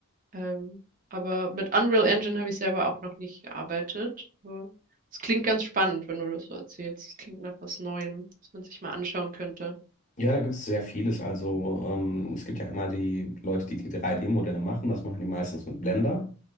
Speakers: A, on the right (about 40°); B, on the left (about 35°).
A: Ähm, aber mit Unreal Engine habe ich selber auch noch nicht gearbeitet. Aber es klingt ganz spannend, wenn du das so erzählst. Es klingt nach was Neuem, was man sich mal anschauen könnte.
B: Ja, da gibt es sehr vieles. Also ähm, es gibt ja immer die Leute, die die 3D-Modelle machen, das machen die meistens mit Blender.